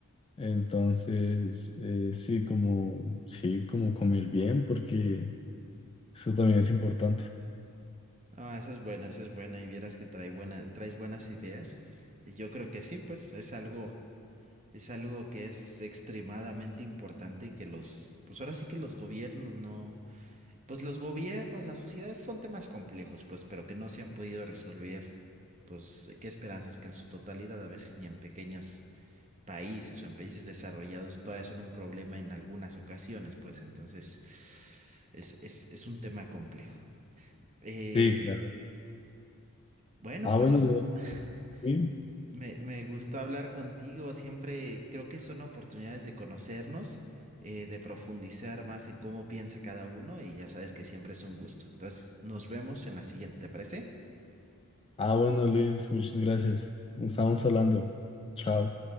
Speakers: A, on the left (about 25°); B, on the right (about 35°).
A: Entonces, eh, sí, como, sí, como comer bien, porque eso también es importante.
B: Ah, esa es buena, esa es buena. Y vieras que trae buena, traes buenas ideas. Y yo creo que sí, pues es algo, es algo que es extremadamente importante y que los, pues ahora sí que los gobiernos no. Pues los gobiernos, las sociedades son temas complejos, pues, pero que no se han podido resolver, pues, qué esperanzas que en su totalidad, a veces ni en pequeños países o en países desarrollados, todavía son un problema en algunas ocasiones, pues, entonces es, es, es un tema complejo. Eh,
A: Sí, claro.
B: bueno,
A: Ah,
B: pues
A: bueno, Lu-
B: <laughs>
A: sí.
B: Me, me gustó hablar contigo, siempre creo que son oportunidades de conocernos, eh, de profundizar más en cómo piensa cada uno y ya sabes que siempre es un gusto. Entonces, nos vemos en la siguiente, ¿te parece?
A: Ah, bueno, Luis, muchas gracias. Estamos hablando. Chao.